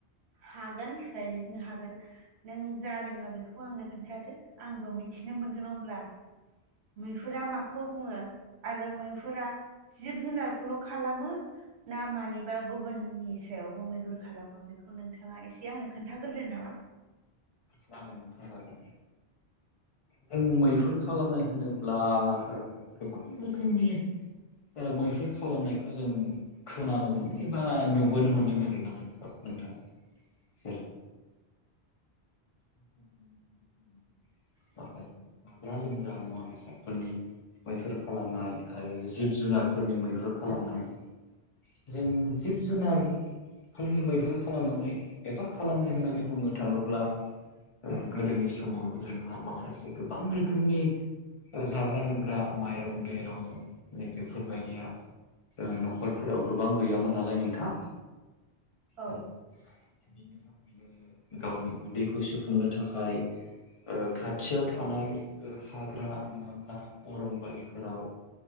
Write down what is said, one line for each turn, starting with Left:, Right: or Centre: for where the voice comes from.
Right: हागोन रायलायनो हागोन नों जा रोङो बेखौ आंनो खोन्थादो आंबो मिथिनो मोनगोन अब्ला मैहुरा माखौ बुङो आरो मैहुरा जिब जुनारखौल' खालामो ना मानिबा गुबुननि सायावबो मैहुर खालामो बेखौ नोंथाङा एसे आंनो खोन्थाग्रोदो नामा
Left: जागोन नोंथां जागोन जों मैहुर खालामनाय होनोब्ला गोबां रोखोमनि जा मैहुर खालामनायखौ जों खोनानो मोनो एबा नुबोनो मोन्दों आरो ना नों नोंथाङा जेरै <inaudible> औ माखासे जाग्रा लोंग्रा मुवा बेसादफोरनि मैहुर खालामनाय आरो जिब जुनारफोरनि मैहुर खालामनाय जों जिब जुनार फोरनि मैहुर खालामनानै एबा खालामनाय होननानै बुंनो थाङोब्ला ओ गोदोनि समाव जोंहा माखासे गोबां रोखोमनि जाग्रा लोंग्रा माइरं दैरं नै बेफोरबायदिया न'खरफोराव गोबां गैयामोन नालाय नोंथां
Right: औ
Left: बिनि थाखायनो गावनि उदैखौ सोफुंनो थाखाय ओ खाथियाव थानाय
Right: औ
Left: हाग्रा नङाब्ला अरनबारिफोराव